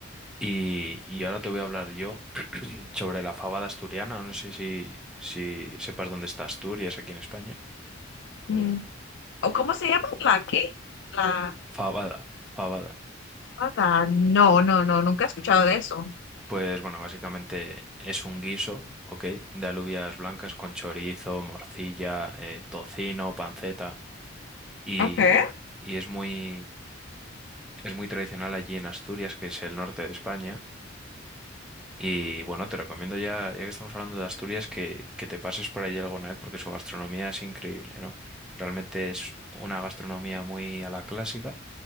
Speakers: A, in the centre; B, on the left.
A: Y, y ahora te voy a hablar yo <clears throat> sobre la fabada asturiana. No sé si, si sepas dónde está Asturias aquí en España.
B: Mm, ¿O cómo se llama? ¿La qué? La
A: Fabada, fabada.
B: nata. No, no, no, nunca he escuchado de eso.
A: Pues bueno, básicamente es un guiso, ¿ok? De alubias blancas con chorizo, morcilla, eh, tocino, panceta. Y,
B: Okay.
A: y es muy, es muy tradicional allí en Asturias, que es el norte de España. Y bueno, te recomiendo ya, ya que estamos hablando de Asturias, que, que te pases por allí alguna vez porque su gastronomía es increíble, ¿no? Realmente es una gastronomía muy a la clásica